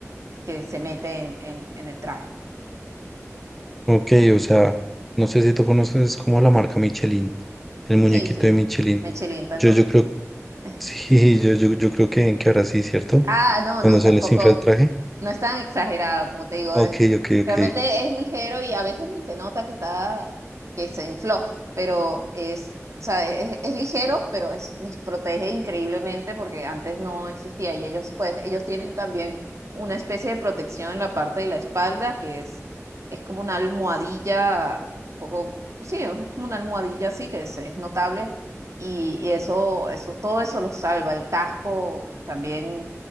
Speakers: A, on the right; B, in the centre.
A: que se mete en, en, en el traje.
B: Ok, o sea, no sé si tú conoces como la marca Michelin, el muñequito
A: Sí, sí,
B: de Michelin.
A: me chilienta en
B: Yo,
A: todo.
B: yo creo, <laughs>
A: <laughs>
B: sí, yo, yo, yo creo que, ven que ahora sí, ¿cierto?
A: Ah, no,
B: Cuando
A: no,
B: se
A: tampoco.
B: les infla el traje.
A: No es tan exagerado, como te digo. es-
B: Ok, ok,
A: Realmente
B: ok.
A: es ligero y a veces ni se nota que está, que se infló, pero es, o sea, es, es ligero, pero es, los protege increíblemente porque antes no existía y ellos, pues, ellos tienen también una especie de protección en la parte de la espalda que es, es como una almohadilla, un poco, sí, es como una almohadilla así que es, es notable y, y eso, eso, todo eso los salva. El casco también